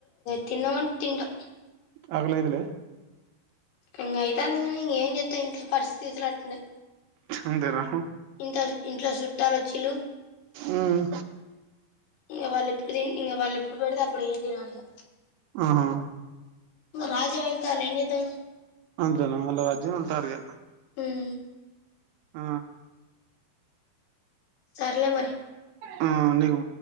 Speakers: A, on the left; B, on the right.
A: తన్న తంట <unintelligible>
B: ఆకలి అయిత లే
A: ఇంగ అయితాంది కానీ ఇంక ఏం చెత్తావ్ ఇంట్లో పరిస్థితితులు అట్టున్నయి
B: అంతేనా
A: ఇంట ఇంట్లో చుట్టాలు వచ్చిల్లు
B: మ్మ్
A: ఇంగ వాళ్ళు ఎప్పుడు తి ఇగ వాళ్ళు ఎప్పుడు పెడితే అప్పుడే తినాలిగా
B: ఆహా
A: రాజమంతాల ఎంగతా <unintelligible>
B: జనాలు అజ్యం వెళ్తారు ఇగా
A: ఉం
B: ఆ
A: సర్లే మరి
B: ఆ నీకు